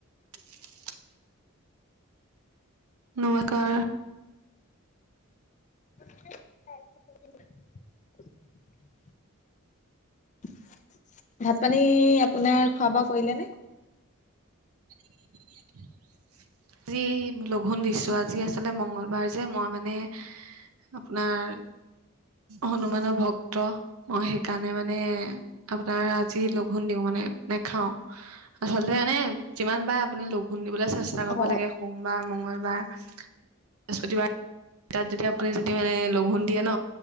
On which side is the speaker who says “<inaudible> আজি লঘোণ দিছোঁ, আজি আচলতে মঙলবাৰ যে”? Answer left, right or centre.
Right